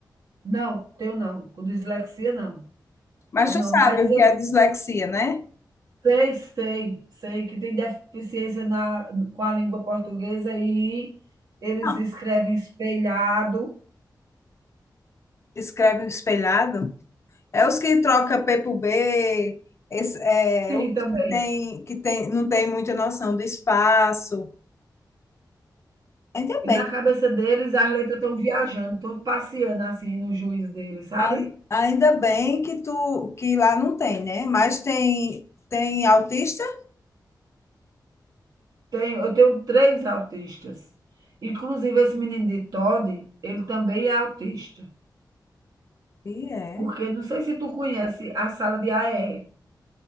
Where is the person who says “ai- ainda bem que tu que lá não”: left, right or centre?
Left